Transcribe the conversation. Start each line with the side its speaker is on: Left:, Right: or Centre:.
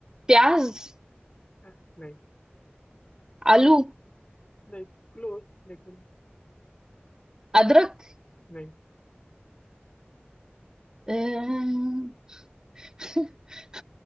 Right: प्याज
Left: हाँ, नहीं
Right: आलू
Left: नहीं क्लोज लेकिन
Right: अदरक
Left: नहीं
Right: अम्म, <laughs>